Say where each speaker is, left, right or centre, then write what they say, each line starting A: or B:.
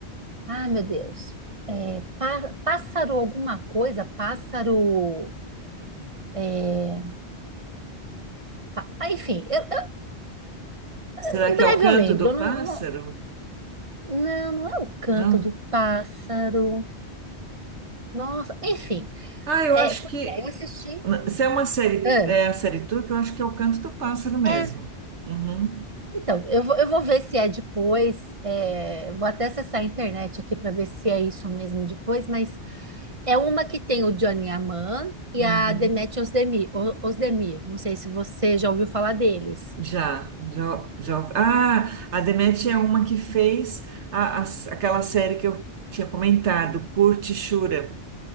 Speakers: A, on the right; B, on the right.
A: Ah, meu Deus. É, pá- pássaro alguma coisa? Pássaro. é, pá- ah, enfim, eu- eu-
B: Será
A: em
B: que
A: breve
B: é o Canto
A: eu lembro.
B: do
A: Eu não,
B: Pássaro?
A: não, não, não é o canto
B: Não.
A: do pássaro. Nossa, enfim.
B: Ah, eu
A: É,
B: acho
A: porque
B: que
A: aí eu assisti.
B: se é uma série,
A: Ah,
B: é a série turca, eu acho que é o Canto do Pássaro mesmo.
A: É,
B: Uhum.
A: Então, eu vou, eu vou ver se é depois. é, vou até acessar a internet aqui para ver se é isso mesmo depois, mas é uma que tem o Johnny Aman e
B: Uhum.
A: a Demet Özdemir, Ö- Özdemir. Não sei se você já ouviu falar deles.
B: Já, já, já. Ah, a Demet é uma que fez a, a- aquela série que eu tinha comentado, Curte Shura.